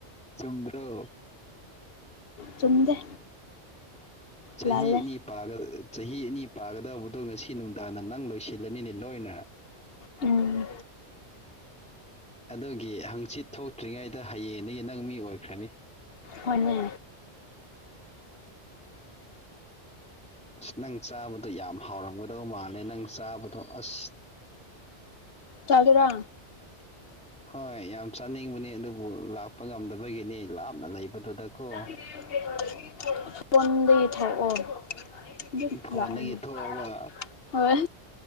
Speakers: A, in the centre; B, on the left.
A: ꯆꯨꯝꯗ꯭ꯔꯣ
B: ꯆꯨꯝꯗꯦ
A: ꯆꯍꯤ
B: ꯂꯥꯜꯂꯦ
A: ꯑꯅꯤ ꯆꯍꯤ ꯑꯅꯤ ꯄꯥꯒꯗꯕꯗꯣ ꯉꯁꯤ ꯅꯨꯡꯗꯥꯡꯅ ꯅꯪ ꯂꯣꯏꯁꯤꯜꯂꯅꯤꯅꯦ ꯂꯣꯏꯅ
B: ꯎꯝ
A: ꯑꯗꯨꯒꯤ ꯍꯪꯆꯤꯠ ꯊꯣꯛꯇ꯭ꯔꯤꯉꯩꯗ ꯍꯌꯦꯡꯗꯒꯤ ꯅꯪ ꯃꯤ ꯑꯣꯏꯈ꯭ꯔꯅꯤ
B: ꯍꯣꯏꯅꯦ
A: ꯑꯁ ꯅꯪ ꯆꯥꯕꯗꯣ ꯌꯥꯝ ꯍꯥꯎꯔꯝꯒꯗꯧ ꯃꯥꯜꯂꯦ ꯅꯪ ꯆꯥꯕꯗꯣ ꯑꯁ <inaudible>
B: ꯆꯥꯒꯦꯔꯥ
A: <inaudible> ꯍꯣꯏ ꯌꯥꯝ ꯆꯥꯅꯤꯡꯕꯅꯤ ꯑꯗꯨꯕꯨ ꯂꯥꯛꯄ ꯉꯝꯗꯕꯒꯤꯅꯤ ꯂꯥꯞꯅ ꯂꯩꯕꯗꯨꯗꯀꯣ
B: <unintelligible> ꯐꯣꯟꯗꯒꯤ ꯊꯣꯛ ꯑꯣ
A: ꯐꯣꯟꯗꯒꯤ ꯊꯣꯛꯑꯕ
B: <unintelligible> ꯍꯣꯏ